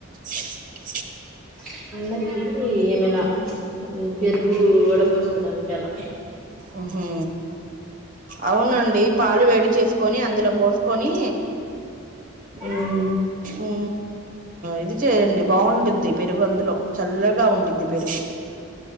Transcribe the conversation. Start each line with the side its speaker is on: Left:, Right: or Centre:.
Right: చ్ స్
Centre: చిన్నదీ ఏమైనా పెరుగు వడపోసుకోడాని కలా
Right: ఉహూ అవునండీ పాలు వేడి చేసుకొని అందులో పోస్ కొనీ
Centre: మ్మ్
Right: ఊ ఇది చేయండి బావుంటుద్ది పెరుగు అందులో చల్లగా ఉండిద్ది పెరుగు